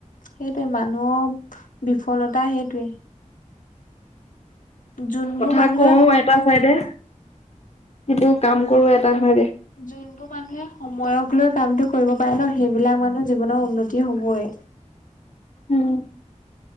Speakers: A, on the left; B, on the left.
A: সেইটোৱে মানুহৰ বিফলতা সেইটোৱে যোনবোৰ
B: কথা
A: মানুহে
B: কও এটা চাইডে কিন্তু কাম কৰো এটা ভাগে
A: যোনবোৰ মানুহে সময়ক লৈ কামটো কৰিব পাৰে ন সেইবিলাক মানুহ জীৱনত উন্নতি হবই
B: উম